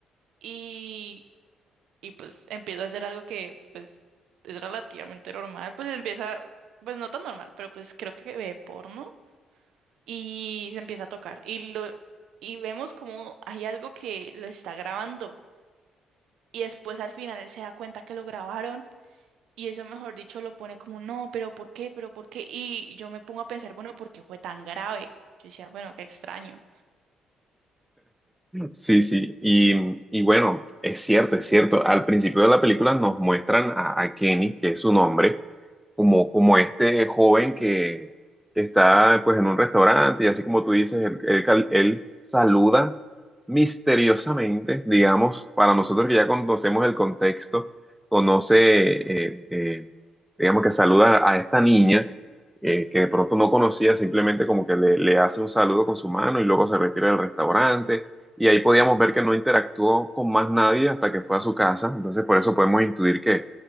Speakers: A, on the right; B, in the centre.
A: y y pues empiezo a hacer algo que pues es relativamente normal, pues empieza, pues no tan normal, pero pues creo que ve porno y se empieza a tocar y lo y vemos como hay algo que lo está grabando y después al final él se da cuenta que lo grabaron y eso mejor dicho lo pone como no, pero ¿por qué? ¿Pero por qué? Y yo me pongo a pensar, bueno, ¿por qué fue tan grave? Yo decía, bueno, qué extraño.
B: Sí, sí, y, y bueno, es cierto, es cierto. Al principio de la película nos muestran a, a Kenny, que es su nombre, como, como este joven que, está pues en un restaurante y así como tú dices, él, él cal- él saluda misteriosamente, digamos, para nosotros que ya conocemos el contexto, conoce, eh, eh, digamos que saluda a esta niña eh, que de pronto no conocía, simplemente como que le, le hace un saludo con su mano y luego se retira del restaurante y ahí podíamos ver que no interactuó con más nadie hasta que fue a su casa. Entonces, por eso podemos intuir que,